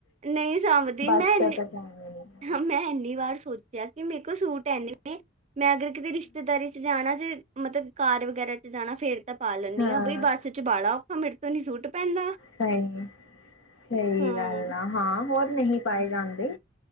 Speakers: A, on the right (about 35°); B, on the left (about 80°).
A: ਨਹੀਂ ਸਾਭਦੀ
B: ਬਸ
A: ਮੈਂ ਇਹਨੀਂ
B: ਚ ਤਾਂ ਜਾਣਾ ਨਹੀਂ
A: ਹਹ ਮੈਂ ਇੰਹਨੀਂ ਵਾਰ ਸੋਚਿਆ। ਤੇ ਕੁਛ ਨੂੰ ਟਾਈਮ ਨੀ ਐ। ਮੈਂ ਅਗਰ ਕਿਤੇ ਰਿਸ਼ਤੇਦਾਰੀ ਚ ਜਾਣਾ ਜੇ। ਮਤਲਬ ਕਾਰ ਵਗੈਰਾ ਚ ਜਾਣਾ ਫੇਰ ਤਾ ਪਾ ਲੈਂਨੀਂਆ
B: ਹਾਂ
A: ਬਈ ਬੱਸ ਚ ਬਾਲਾ ਔਖਾ ਮੇਰੇ ਤੋ ਨੀ ਸੂਟ ਪੈਂਦਾ
B: ਸਹੀ ਸਹੀ
A: ਹਾਂ
B: ਗੱਲ ਆ ਹਾਂ। ਹੋਰ ਨਹੀਂ ਪਾਏ ਜਾਂਦੇ।